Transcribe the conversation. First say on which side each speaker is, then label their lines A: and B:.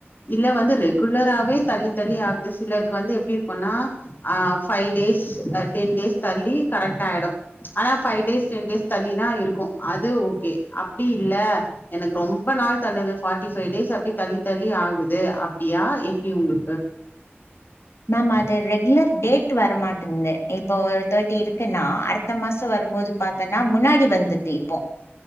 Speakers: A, on the left; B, on the left.
A: இல்ல வந்து ரெகுலராவே தள்ளி தள்ளி ஆகுது சிலர் க்கு வந்து எப்டி இருக்குனாஆ ஃபைவ் டேஸ் டென் டேஸ் தள்ளி கரெக்ட்டா ஆயிடு ஆனா ஃபைவ் டேஸ் டென் டேஸ் தள்ளி தா இருக்கு அது ஓகே அப்டி இல்ல எனக்கு ரொம்ப நாள் தள்ளுது ஃபார்ட்டி ஃபைவ் டேஸ் அப்டி தள்ளி தள்ளி ஆகுது அப்டியா எப்டி உங்ளுக்கு
B: மேம் அது ரெகுலர் டேட் வரமாட்ங்குது இப்போ ஒரு தேர்ட்டி இருக்குன்னா அடுத்த மாசொ வரும்போது பாத்தன்னா முன்னாடி வந்துது இப்போ